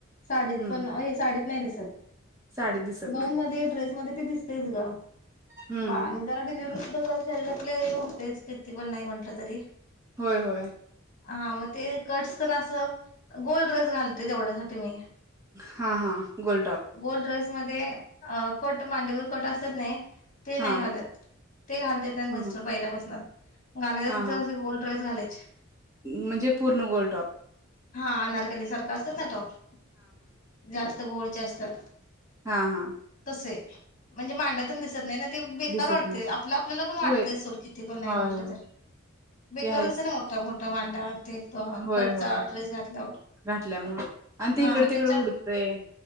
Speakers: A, on the left; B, on the right.
A: साडीत
B: हम्म
A: पण अय साडीत दिस <unintelligible>
B: साडी दिसत
A: गाऊन
B: नाही
A: मध्ये ड्रेस मध्ये ते दिसतयच ग
B: हम्म
A: आणि जरा डिलि जरा शरीरातले हे होतेच किती पण नाही म्हटलं तरी
B: होय होय.
A: हा मग ते कट्स तेन असं गोल ड्रेस घालते तेवढ्यासाठी मी
B: हां हां गोल टॉप.
A: गोल ड्रेस मध्ये अ कट मांडीवर कट असत्यात नाही ते नाही
B: हा
A: घालत. ते घालू देत नाहीत
B: ह
A: मिस्टर
B: ह
A: पहिल्यापासून घालायचे
B: हा
A: असेल तर
B: हा
A: असे गोल ड्रेस घालायचे
B: म्हणजे पूर्ण गोल टॉप.
A: हा नर <unintelligible> असतात ना टॉप? जा स्त घोळचे असतात.
B: हां हां.
A: चे म्हणजे मांड्या तेन दिसत नाही ना ते बेकार
B: दिसत
A: वाटतंय
B: नाही
A: आपलं आपल्याला पण वाटतंय
B: होय
A: सोड किती पण नाही
B: होय
A: म्हटलं
B: होय
A: तर. एका
B: ते आहेच
A: दिवसाने मोठा-मोठा. वांडार. ते
B: होय
A: कटचा
B: होय
A: ड्रेस घातल्यावर,
B: घातल्यामुळे आणि ते
A: हा
B: इकडे तिकडे
A: त्याच्या,
B: उडतंय